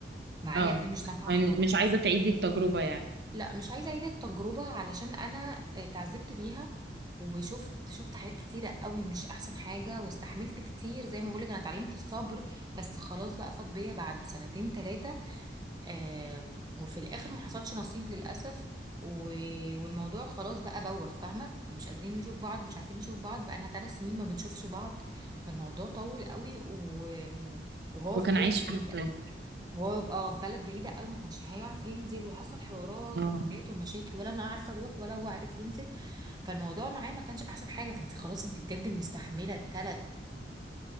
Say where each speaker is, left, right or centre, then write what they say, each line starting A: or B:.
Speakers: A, on the right (about 20°); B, on the right (about 60°).
A: معايا
B: اه
A: انا مش نافعه
B: يعني
A: خالص
B: مش عايزه تعيدي التجربه يعني
A: لا مش عايزه اعيد التجربه علشان انا آه، اتعذبت فيها وشفت شفت حاجات كتيرة قوي مش أحسن حاجة واستحملت كتير زي ما بقولك أنا اتعلمت الصبر بس خلاص بقى فاض بيا بعد سنتين تلاتة آم، وفي الاخر ما حصلش نصيب للاسف و... والموضوع خلاص بقى بوخ فاهمه مش قادرين نشوف بعض مش عارفين نشوف بعض بقى لنا ثلاث سنين ما بنشوفش بعض فالموضوع طول قوي و... وهو
B: هو
A: في
B: كان
A: بلد
B: عايش
A: بعيده
B: في الطيب
A: وهو اه في بلد بعيده قوي ما كانش هيعرف ينزل وحصل حوارات
B: اه
A: وحاجات ومشاكل ولا انا عارفه اروح ولا هو عارف ينزل فالموضوع معاه ما كانش احسن حاجه فانت خلاص انت بجد مستحمله ثلاث